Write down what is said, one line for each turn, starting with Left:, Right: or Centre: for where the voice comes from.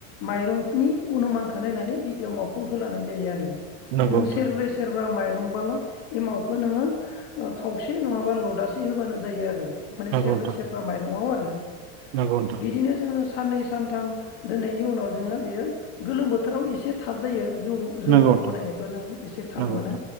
Left: माइरंकनि अनुमानखौ नायनानै बे एवमावखौ होलानाय जायो आरो।
Right: नोंथां
Left: नों सेरब्रै सेरब्रा माइरं बाला एमाव खौबो नोङो खावसे नङाबा लदासे होबानो जायो आरो। ओंखायनो
Right: नंगौ
Left: सेरब्रै
Right: नोंथां
Left: सेरबा माइरंआव आरो। औ
Right: नंगौ नोंथां
Left: बिदिनो जोङो साननै सानथाम दोननायनि उनाव जोङो बेयो गोलोम बोथोराव एसे थाब जायो जौ जौ
Right: नंगौ नोंथां
Left: बनायनायखौ जों एसे थाब
Right: नंगौ
Left: मोनो